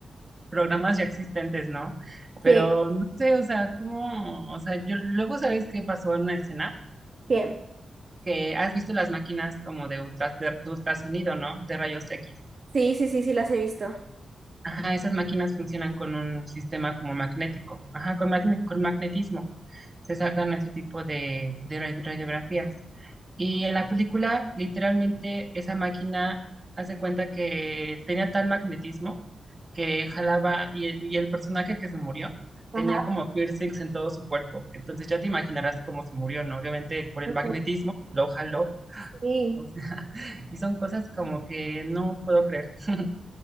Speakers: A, on the right; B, on the right.
A: programas ya existentes, ¿no? Pero
B: Sí.
A: no sé, o sea, cómo, o sea, yo luego sabes qué pasó en la escena,
B: ¿Qué?
A: que has visto las máquinas como de, ultras- de de ultrasonido, ¿no? De rayos X.
B: Sí, sí, sí, sí, las he visto.
A: Ajá, esas máquinas funcionan con un sistema como magnético, ajá, con, magne- con magnetismo. Se sacan ese tipo de, de ra- radiografías. Y en la película, literalmente, esa máquina hace cuenta que tenía tal magnetismo que jalaba y el, y el personaje que se murió
B: Ajá.
A: tenía como piercings en todo su cuerpo. Entonces ya te imaginarás cómo se murió, ¿no? Obviamente por
B: Ujú.
A: el magnetismo lo jaló.
B: Sí,
A: O sea, <laughs> y son cosas como que no puedo creer. <laughs>